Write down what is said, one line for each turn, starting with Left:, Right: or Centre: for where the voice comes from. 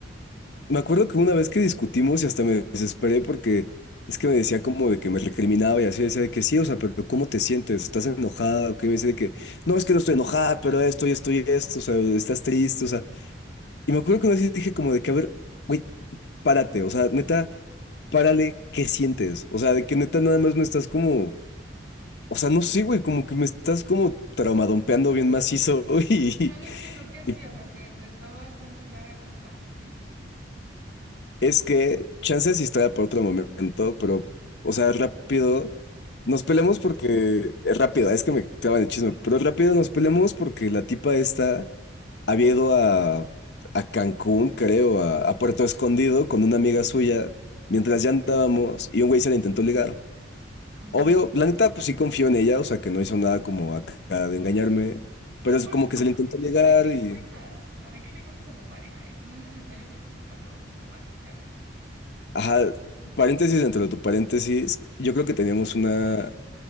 Left: me acuerdo que una vez que discutimos y hasta me desesperé porque es que me decía como de que me recriminaba y así, decía de que sí, o sea, pero ¿cómo te sientes? ¿Estás enojada? O que me decía de que no, es que no estoy enojada, pero esto y esto y esto, o sea, estás triste, o sea. Y me acuerdo que una vez dije como de que, a ver, güey, párate, o sea, neta, párale, ¿qué sientes? O sea, de que neta nada más me estás como o sea, no sé, güey, como que me estás como traumadompeando bien macizo <laughs> y,
Right: Pero no entiendo qué hacía,
Left: y
Right: o sea, ¿te, te estaba echando en cara cosas o qué?
Left: es que chances historia por otro momento, pero,
Right: Vale.
Left: o sea, rápido, nos peleamos porque, es rápida, es que me clavan el chisme, pero rápido nos peleamos porque la tipa esta había ido a, a Cancún, creo, a, a Puerto Escondido con una amiga suya mientras
Right: Ajá.
Left: ya andábamos y un güey se la intentó ligar.
Right: Ujú.
Left: Obvio, la neta, pues sí confío en ella, o sea, que no hizo nada como acá de engañarme,
Right: Pero
Left: pero
Right: aparte,
Left: es como que
Right: paréntesis,
Left: se le intentó llegar
Right: ¿para qué le
Left: y,
Right: cuentas? ¿Para qué le cuentas a tu pareja eso? No es necesario que lo sepa todo, pero bueno, ya. X.
Left: ajá, paréntesis dentro de tu paréntesis, yo creo que teníamos una,